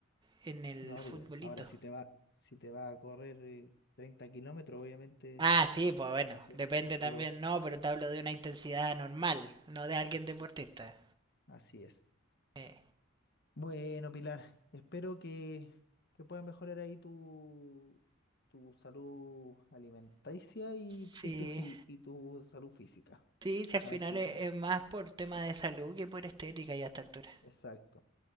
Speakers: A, on the right; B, on the left.
A: en el
B: No,
A: futbolito.
B: porque ahora si te va, si te va a correr eh, 30 kilómetros, obviamente
A: Ah, sí, pues bueno,
B: va a consumir
A: depende
B: mucho más,
A: también,
B: pero
A: no, pero te hablo de una intensidad normal, no de alguien deportista.
B: sí, así es.
A: Eh,
B: Bueno, Pilar, espero que, que puedas mejorar ahí tu, tu salud alimenticia y, tu-
A: sí.
B: y, tu, gi- y tu salud física.
A: Sí, si al final
B: A ver si,
A: es, es más por tema de salud que por estética ya a esta altura.
B: exacto.